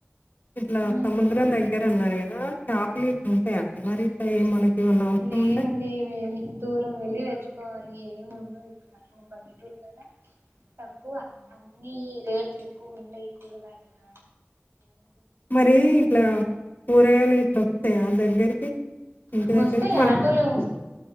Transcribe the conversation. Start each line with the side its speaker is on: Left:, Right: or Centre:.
Left: ఇట్లా
Right: అవును
Left: సముద్రం దగ్గర అన్నారు కదా చాపలు ఇట్ల ఉంటాయి అంత మనకి ఏమన్నా అవసరం
Right: లేదండి
Left: ఉంటే
Right: వె దూరం వెళ్లి తెచ్చుకోవాలి ఏమి ఉండవు ఇక్కడ బల్దురు కదా తక్కువ అన్నీ రేట్ ఎక్కువ ఉంటాయి కూరగాయలైన
Left: మరి ఇట్లా కూరగాయలు ఇట్లా వస్తాయి ఆ దగ్గరికి ఇంటి దగ్గరకి
Right: వస్తాయి ఆటోలో వస్